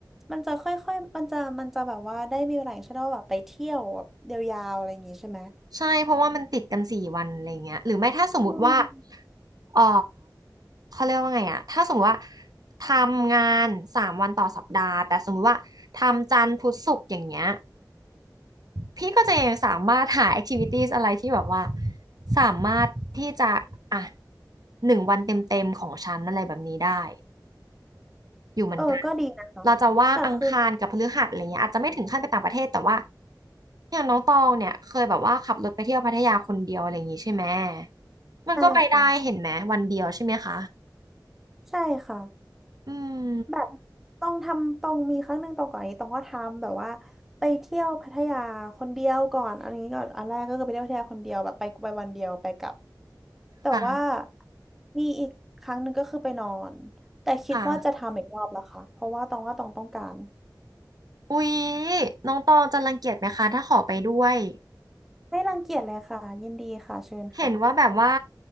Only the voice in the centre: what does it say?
มันจะค่อยๆมันจะมันจะแบบว่าได้มีเวลาอย่างเช่นว่าแบบไปเที่ยวแบบยาวๆอะไรอย่างงี้ใช่ไหม
อืม
เออก็ดีนะคะแต่คือ
ใช่ค่ะใช่ค่ะ
แบบตองทำตองมีครั้งหนึ่งตองก่อนอันนี้ตองก็ทำแบบว่าไปเที่ยวพัทยาคนเดียวก่อนอันนี้ก่อนอันแรกก็คือไปเที่ยวพัทยาคนเดียวแบบไปไปวันเดียวไปกลับแต่ว่า
มีอีกครั้งหนึ่งก็คือไปนอนแต่คิดว่าจะทำอีกรอบละค่ะเพราะว่าตองว่าตองต้องการ
ไม่รังเกียจเลยค่ะยินดีค่ะเชิญค่ะ